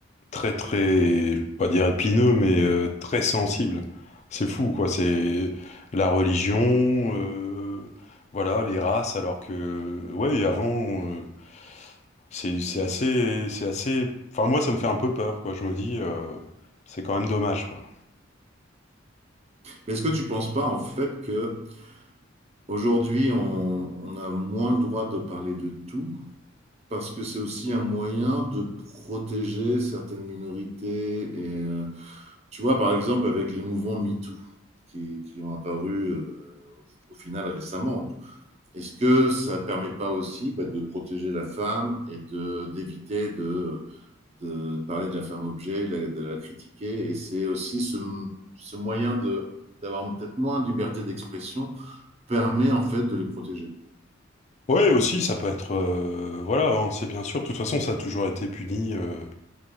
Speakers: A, on the left; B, on the right.
A: très très, je peux pas dire épineux, mais euh, très sensibles. C'est fou, quoi. C'est la religion, euh, voilà, les races. Alors que ouais, avant, euh, c'est c'est assez c'est assez. Enfin moi, ça me fait un peu peur, quoi. Je me dis, euh, c'est quand même dommage, quoi.
B: Mais est-ce que tu penses pas en fait que Aujourd'hui, on, on a moins le droit de parler de tout parce que c'est aussi un moyen de protéger certaines minorités. Et euh, tu vois, par exemple, avec les mouvements MeToo qui, qui ont apparu euh, au final récemment, est-ce que ça permet pas aussi bah, de protéger la femme et de d'éviter de, de parler de la femme objet, de la, de la critiquer Et c'est aussi ce, ce moyen de d'avoir peut-être moins de liberté d'expression permet en fait de les protéger.
A: Ouais, aussi, ça peut être, euh, voilà, hein, c'est bien sûr. De toute façon, ça a toujours été puni. euh,